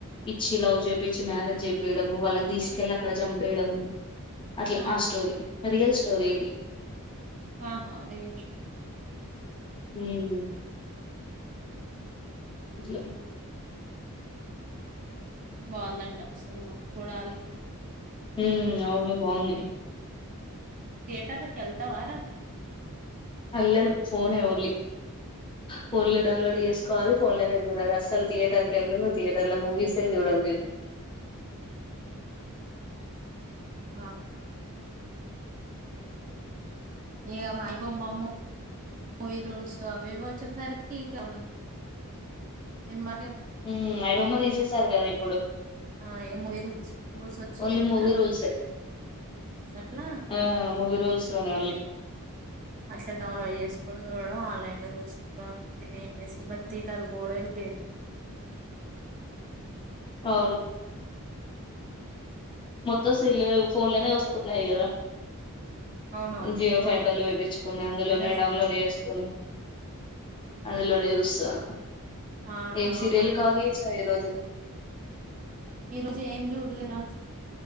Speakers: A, on the left (about 20°); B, on the right (about 35°).
A: ఇచ్చి లవ్ చేపిచ్చి మ్యారేజ్ చేయడం వాళ్ళని తీసుకెళ్లి అక్కడ చంపేయడము అట్ల
B: ఆహా
A: ఆ స్టోరీ రీయల్ స్టోరీ ఇది
B: ఆహా రియల్ స్టో
A: హమ్ జీ
B: బాగుందంట సినిమా చూడాలి
A: హమ్ అవును బాగుంది
B: థియటర్ త ఎల్తావా రా
A: అల్ను ఫోన్ ఎ ఓన్లీ ఫోన్
B: ఓన్లీ
A: లో డౌన్లోడ్ చేస్ కాాల ఫోన్లోనే జూడాలి అసలు థియేటర్కి వెళ్ళను థియేటర్లా మూవీస్ జూడాను నేను
B: ఆ ఏ మా అయిబమ్మ ము వీరుూల్స్ అవి ఇవి వచ్చేసరికి ఉమ్ మా
A: ఉమ్, ఐబొమ్మ తీసేసారు కదా ఇప్పుడు
B: ఆ మూవీ రూల్స్ వచ్చినాయి
A: ఓన్లీ
B: కదా
A: మూవీ రూల్సే
B: ఇంకా అట్లా
A: ఆ మూవీ రూల్స్ లోనే ఓన్లీ
B: అసల డౌన్లోడ్ చూడడం ఆన్లైన్ లో చూసుాడం అంతే ఏం అ సినిమా తింటారు పోడ లేదు
A: అవును మొత్తం సల్ ఫోన్లోనే వస్తున్నాయి కదా
B: అవునవును
A: జియో
B: ఫోన్
A: ఫైబర్లు వియిించుకొని అందులోనే
B: లోనే వస్తాను
A: డౌన్లోడ్ చేసుకొని అందులోనే చూస్తానారు
B: ఆ
A: ఏం సీరియల్
B: అవును
A: కవర్ చేసేవ్ ఈ రోజు
B: ఈ రోజు ఏం చూడలేరా